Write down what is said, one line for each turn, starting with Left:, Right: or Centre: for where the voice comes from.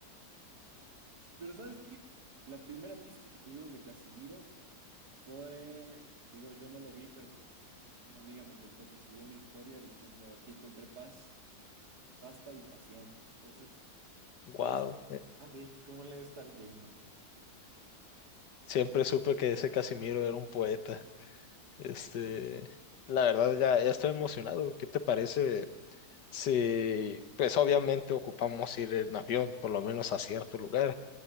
Right: pero ¿sabes qué? La primera pista que tuvimos de Casimiro fue, digo, yo no lo vi, pero su- una amiga me contó que subió una historia diciendo, aquí encontré paz, pasta y pasión. Entonces,
Left: Wow.
Right: pues, a ver, ¿cómo le debe estar yendo?
Left: siempre supe que ese Casimiro era un poeta. Este, la verdad ya, ya estoy emocionado. ¿Qué te parece si, pues obviamente ocupamos ir en avión, por lo menos a cierto lugar?